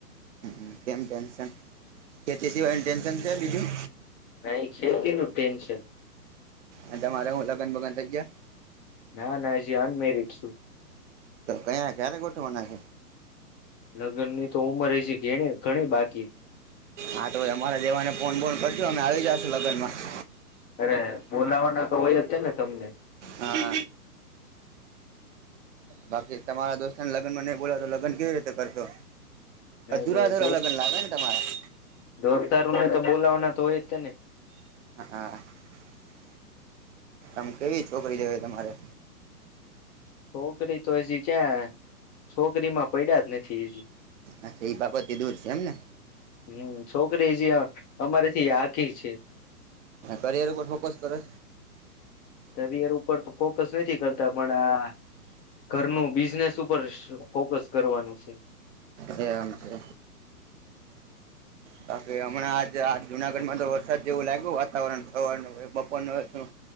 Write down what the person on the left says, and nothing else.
નહી ખેતી નું ટેન્શન.
ના નાજી અનમેરિડ શું
લગ્ન ની તો ઉંમર હ છે ઘણી ઘણી બાકી
અરે બોલાવાના તો હોય જ છે ને તમને
નહી
નહી
દોસ્ત
દોસ્તારોને તો બોલાવાના તો હોય જ તે ને
છોકરી તો હજી ચ્યા છોકરી માં પડ્યા જ નથી હજી.
હમ છોકરી જે અમારેથી યાદ. કી છે.
કરિયર ઉપર તો ફોકસ નથી કરતા પણ આ ઘરનું બીઝ બિઝનેસ ઉપર ફોકસ કરવાનું છે.